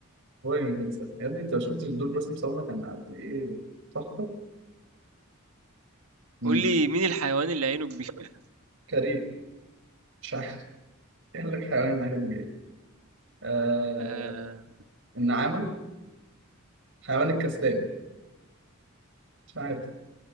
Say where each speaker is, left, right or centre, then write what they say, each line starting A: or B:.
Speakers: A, on the right; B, on the right.
A: هو اللي مش بهزر يا ابني أنت ما شفتش دول رسم صورنا كان قد إيه تحفة مم.
B: قول لي مين الحيوان اللي عينه كبيره
A: كريم مش عارف <laughs> قال لك حيوان عينه كبيرة آه...
B: آه...
A: النعامة حيوان الكسلان مش عارف